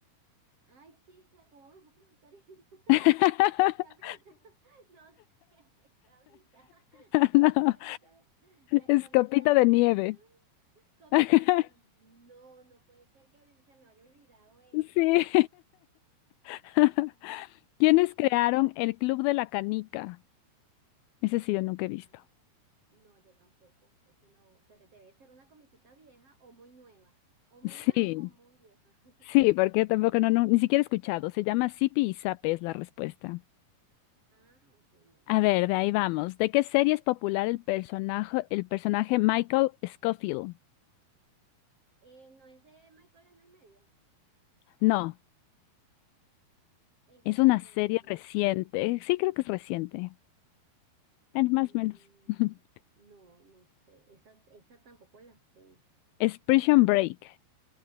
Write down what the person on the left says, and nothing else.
<laughs>
No,
es
Copita de
Nieve.
<laughs>
Sí. <laughs>
¿Quiénes
crearon el Club de la Canica? Ese sí yo nunca he visto.
Sí,
sí, porque tampoco no, no, ni siquiera he escuchado. Se llama Sipi y Zape es la respuesta.
A
ver, de ahí vamos. ¿De qué serie es popular el personaje, el personaje Michael Scofield?
No,
es una
serie
reciente. Sí, creo que es reciente. Bueno, más
o menos. <laughs>
Es Prison Break.